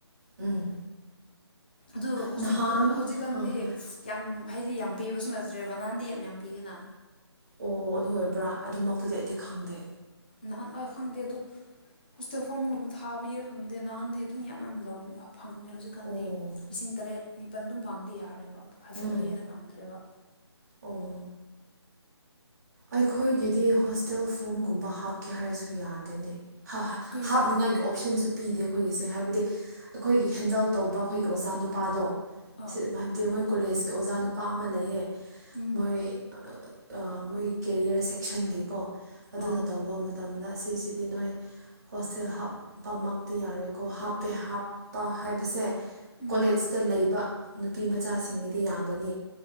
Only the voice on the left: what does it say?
ꯑꯗꯨ ꯍꯧꯖꯤꯛ
ꯍꯧꯖꯤꯛꯀꯥꯟꯗꯤ
ꯌꯥꯝ ꯍꯥꯏꯗꯤ ꯌꯥꯝ ꯄꯤꯕꯁꯨ ꯅꯠꯇ꯭ꯔꯦꯕ ꯅꯍꯥꯟꯗꯤ ꯌꯥꯝ ꯌꯥꯝ ꯄꯤꯒꯦꯅ
ꯅꯍꯥꯟ ꯈꯪꯗꯦ ꯑꯗꯨ ꯍꯣꯁꯇꯦꯜ ꯐꯣꯝꯒꯨꯝꯕ ꯊꯥꯕꯒꯤꯔ ꯈꯪꯗꯦ ꯅꯍꯥꯟꯗꯤ ꯑꯗꯨꯝ ꯌꯥꯝ ꯌꯥꯝ ꯂꯧꯕꯅꯦꯕ ꯐꯪꯕꯅꯦ ꯍꯧꯖꯤꯛꯀꯥꯟꯗꯤ
ꯂꯤꯁꯤꯡ ꯇꯔꯦꯠ ꯅꯤꯄꯜ ꯑꯗꯨꯝ ꯐꯪꯗꯤ ꯌꯥꯔꯦꯕ
ꯑꯗꯨ ꯍꯦꯟꯅ ꯐꯪꯗ꯭ꯔꯦꯕ
ꯀꯩꯒꯤ
ꯑ
ꯎꯝ
ꯑ
ꯎꯝ